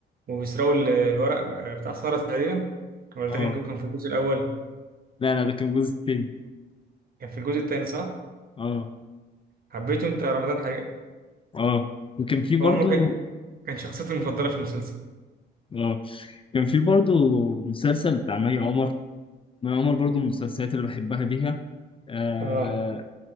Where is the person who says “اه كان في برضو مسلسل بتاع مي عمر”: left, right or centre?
Left